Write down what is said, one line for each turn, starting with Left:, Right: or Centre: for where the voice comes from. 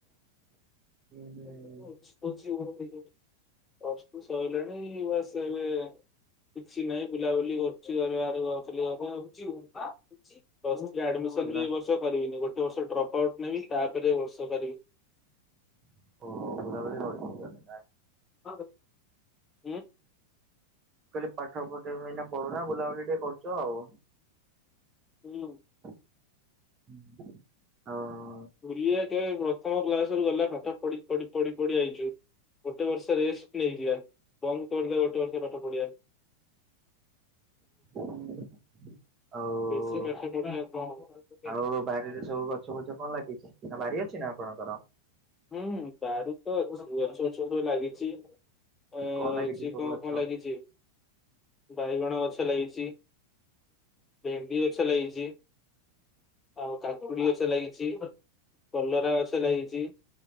Right: ହୁଁ ହୁଁ
Left: <unintelligible> ପ୍ଲସ୍ଟୁ ସରିଲାଣି ବାସ ଏବେ କିଛି ନାହିଁ ବୁଲାବୁଲି କରୁ। <unintelligible> ପ୍ଲସ୍ ଥ୍ରୀ ଆଡ଼ମିସନ
Right: ବୁଲା
Left: ବି ଏ ବର୍ଷ କରିବିନି ଗୋଟେ ବର୍ଷେ ଡ୍ରପ୍ ଆଉଟ୍ ନେବି ତାପରେ ବର୍ଷ କରିବି।
Right: ଓ <unintelligible>
Left: <unintelligible>
Right: କହିଲେ ପାଠ ପଠ ଏନା ପଢୁନା ବୁଲାବୁଲି ଟିକେ କରୁଛ ଆଉ।
Left: ହୁଁ।
Right: <unintelligible> ହଁ
Left: ବୁଲିବା କେବେ <unintelligible> ଗଲା ପାଠ ପଢି ପଢି ପଢି ପଢି ଆଇଛୁ ଗୋଟେ ବର୍ଷ ରେଷ୍ଟ ନେଇଯିବା। <unintelligible> ପାଠ ପଢିଆ।
Right: ହୁଁ। ଆଉ
Left: ବେଶୀ ପାଠ ପଢିଲେ କଣ ହବ?
Right: ଆଉ ବାରିରେ ସବୁ ଗଛବୁଛ କଣ ଲାଗିଛି? ନା ବାରି ଅଛି ନା ଆପଣଙ୍କର?
Left: ହୁଁ ବାରି ତ ଅଛି ଗଛ ବୁଛ ସବୁ ଲାଗିଛି। ଅ
Right: କଣ ଲାଗିଛି
Left: ଅଛି
Right: ସବୁ
Left: କଣ
Right: ଗଛ?
Left: କଣ ଲାଗିଛି? ବାଇଗଣ ଗଛ ଲାଗିଛି। ଭେନ୍ଡି ଗଛ ଲାଗିଛି। ଆଉ କାକୁଡି ଗଛ ଲାଗିଛି କଲରା ଗଛ ଲାଗିଛି।